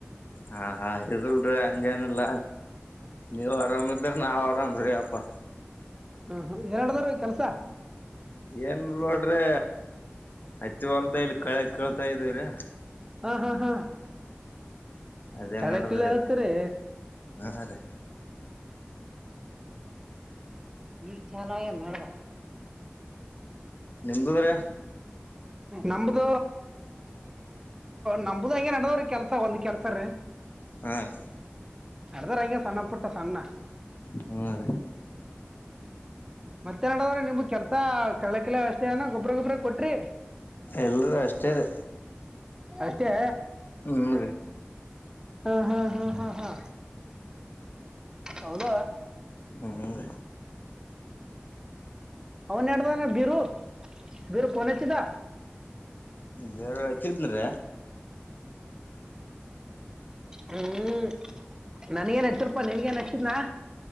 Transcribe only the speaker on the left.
ಹ ಹಾ ಇರಲ್ರಿ ಹಂಗೇನಿಲ್ಲ ನೀವ್ ಆರಾಮಿದ್ರ ನಾವ್ ಆರಾಮ್ರಿ ಅಪ್ಪಾ
ಏನ್ ನೋಡ್ರಿ ಅಐತಿ ಹೊಲ್ದ ಇಲ್ಲಿ ಕಳ ಕೇಳ್ತಾ ಇದವ್ರ
ಅದೇ
ನಡದ್ರಿ
ಹಾ ರೀ
ನಿಮ್ದಿದ್ರೆ
ಹ ರ
ಹ್ಮ ಅ ರೀ
ಎಲ್ರೂ ಅಷ್ಟೇ ರೀ
ಹ್ಮ್ ರೀ
ಹ್ಮ್
ಬೇರೆ ಹಚ್ಚಿದ್ರೀ